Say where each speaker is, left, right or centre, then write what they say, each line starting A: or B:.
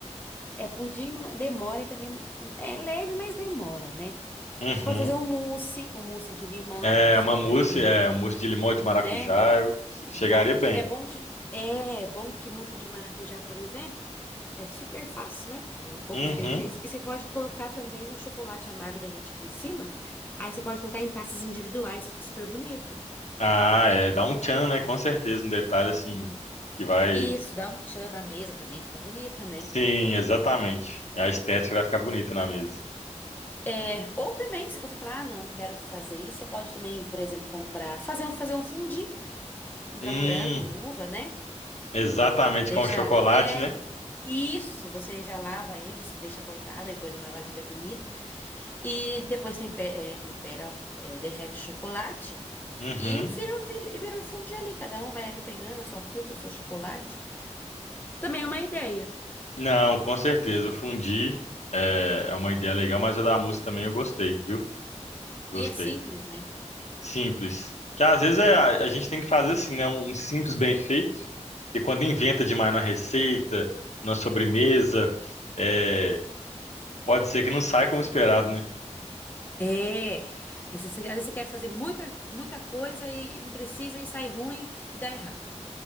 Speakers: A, on the left (about 15°); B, on the left (about 70°).
A: é pudim não é, demora e também não- é leve, mas demora, né?
B: Uhum.
A: Você pode fazer um mousse, um mousse de limão,
B: É,
A: que também é super
B: uma mousse,
A: tranquilo,
B: é,
A: um-
B: um mousse de limão e de maracujá,
A: né?
B: eu chegaria
A: De maracujá,
B: bem.
A: é bom de, é bom que mousse de maracujá, por exemplo, é super fácil, né? É, poucos
B: Uhum.
A: ingredientes e você pode colocar também um chocolate amargo derretido em cima. Aí você pode colocar em taças individuais, fica super bonito.
B: Ah, é, dá um tchan, né? Com certeza, um detalhe, assim, que vai...
A: Isso, dá um tchan na mesa também, fica bonito, né?
B: Sim, exatamente. A estética vai ficar bonita na mesa.
A: É, ou também, se você falar, ah, não, quero fazer isso, você pode também, por exemplo, comprar, fazer um, fazer um fundi, comprar
B: Hum,
A: morango, uva, né?
B: exatamente,
A: É, deixa,
B: com o chocolate,
A: é,
B: né?
A: isso, você já lava eles, deixa cortado, aí põe numa vasilha bonita, e depois tempera, é, tempera, ó, é, derrete o chocolate,
B: Uhum.
A: e vira, um vi- e vira um fundi ali, cada um vai ali pegando a sua fruta, o seu chocolate. Também é uma ideia.
B: Não, com certeza. O Fundi é, é uma ideia legal, mas a da música também eu gostei, viu? Gostei.
A: E é simples, né?
B: Simples. Que às vezes é, a, a gente tem que fazer assim, né? Um simples bem feito. E quando inventa demais na receita, na sobremesa, é, pode ser que não saia como esperado, né?
A: É, às vezes, você às vezes você quer fazer muita, muita coisa e, e não precisa e sai ruim e dá errado.